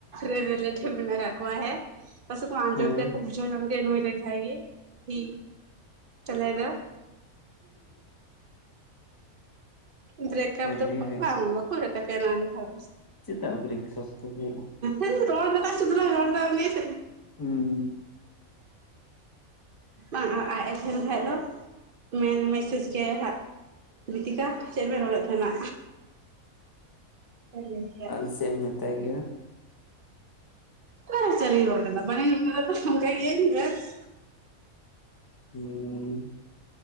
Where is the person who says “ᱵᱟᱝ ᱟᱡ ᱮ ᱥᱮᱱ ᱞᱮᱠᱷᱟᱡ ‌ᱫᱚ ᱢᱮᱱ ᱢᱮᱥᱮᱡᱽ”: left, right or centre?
Right